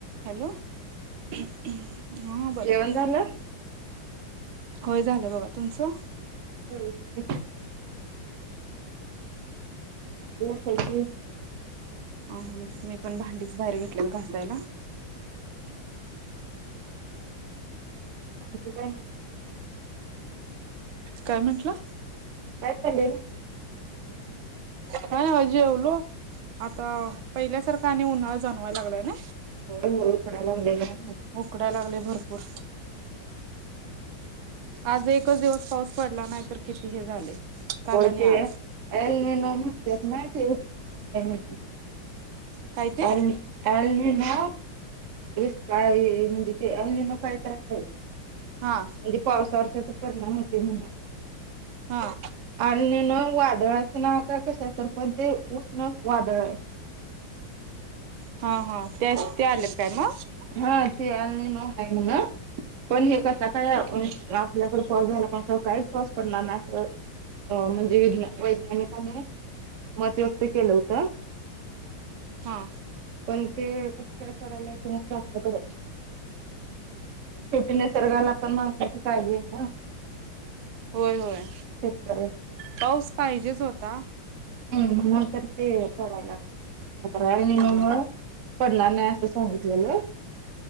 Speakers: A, on the right; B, on the right.
A: हॅलो हा बोला
B: जेवण
A: की
B: झालं?
A: होय झालं बगा तुमचं.
B: हम्म देते. हो खाची
A: आम्हीच मोठ्या भांडीच बाहेर घेत केलं कासर हाय ना?
B: आणखी काय मग?
A: काय म्हंटला?
B: काय खालेली
A: हा ओ जेवलो. आता पहिल्यासारखा आणि उन्हाळा जाणवायला लागलाय ना?
B: हळू हळू पडाय लागलंय जरा.
A: उकडाय लागले भरपूर आज एकच दिवस पाऊस पडला नाही तर किती हे झाले. काल
B: होय
A: आणि
B: ते
A: आज
B: एल निनो म्हणत्यात नाय ते, हेम
A: काय ते
B: आणि मी. एल निनो इस साल है, म्हणजे ते एल निनो काय तर आहे.
A: हा
B: म्हणजे पावसावर त्याचा परिणाम होते म्हण.
A: हा
B: एल निनो वादळाचं नाव काय कशाच तर पण ते उष्ण वादळ हाय.
A: हा हा ते त्या आलेत त्याना
B: हा, ते आले नाही म्हणा, पण हे का सकाळ. <unintelligible> कायच पाऊस पडणार नाही असं. अ म्हणजे, विज्ञान -वैज्ञानिकाने मत व्यक्त केलं होतं.
A: हा.
B: पण ते <unintelligible> पडायला <unintelligible> आपल्याकड शेवटी निसर्गाला पण माणसाची काळजी आहे ना.
A: होय होय
B: शेतकऱ्यांची.
A: पाऊस पाहिजेच होता.
B: हम्, म्हणून तर ते करायला लागलेत <unintelligible>
A: हा
B: पडणार नाही अस सांगितलेलं,